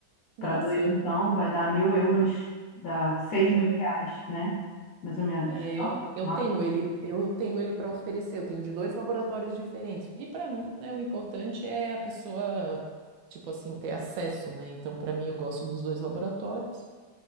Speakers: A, on the right (about 85°); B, on the left (about 70°).
A: Nossa,
B: Para dois, então, vai dar mil euros, dá seis
A: É,
B: mil reais, né? Mais ou menos.
A: É, eu,
B: Não,
A: eu
B: mas
A: tenho ele, eu tenho ele para oferecer, eu tenho de dois laboratórios diferentes. E para mim, né, o importante é a pessoa, tipo assim, ter acesso, né? Então, para mim, eu gosto dos dois laboratórios,